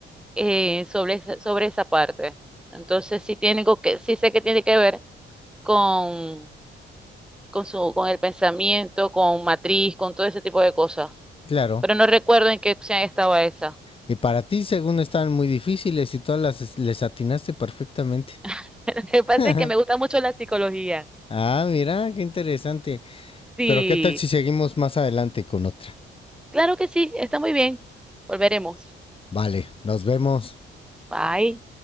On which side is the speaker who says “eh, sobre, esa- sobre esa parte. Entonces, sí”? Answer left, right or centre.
Centre